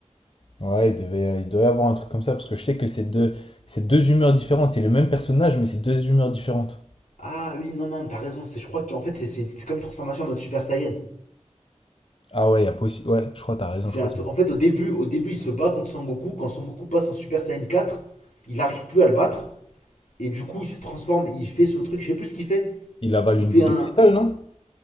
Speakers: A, on the left (about 50°); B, on the left (about 80°).
A: Ouais, il devait, il doit y avoir un truc comme ça, parce que je sais que c'est deux, c'est deux humeurs différentes. C'est le même personnage, mais c'est deux humeurs différentes.
B: Ah oui, non, non, t'as raison. C'est, je crois qu'en fait, c'est, c'est une- c'est comme une transformation en mode Super Saiyan.
A: Ah ouais, il y a possi- Ouais, je crois, t'as raison,
B: C'est
A: je crois.
B: un t- en fait, au début, au début, il se bat contre Son Goku. Quand Son Goku passe en Super Saiyan quatre il n'arrive plus à le battre. Et du coup, il se transforme, il fait son truc. Je sais plus ce qu'il fait.
A: Il avale
B: Il
A: une
B: fait
A: boule
B: un.
A: de cristal, non?
B: un-